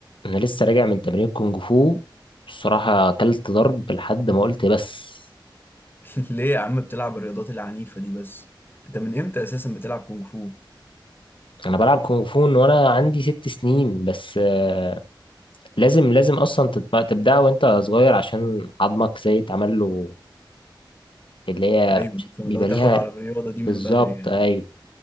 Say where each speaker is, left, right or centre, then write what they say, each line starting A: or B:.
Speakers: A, on the left; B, on the left.
A: انا لسه راجع من تمرين كونج فو بصراحة اكلت ضرب لحد ما قلت بس
B: <laughs> ليه يا عم بتلعب الرياضات العنيفة دي بس انت من امتى اساسا بتلعب كونغ فو
A: انا بلعب كونج فو من وانا عندي ست سنين بس آه، لازم لازم اصلا تتم- تبدأ وانت صغير عشان عظمك زي اتعمل له اللي هي
B: ايوه
A: بيبقى
B: لو تاخد
A: ليها
B: على الرياضة دي
A: بالظبط
B: من بدري يعني
A: ايوه